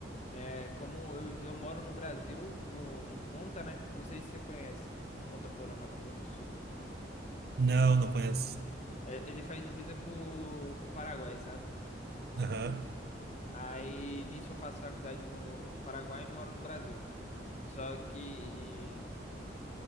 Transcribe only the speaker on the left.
é, como eu, eu moro no Brasil, no, em Ponta, né? Eu não sei se você conhece, Ponta Porã, Mato Grosso do Sul.
É, ele faz divisa com, com o Paraguai, sabe?
Aí, nisso eu faço faculdade no, no Paraguai e moro no Brasil. Só que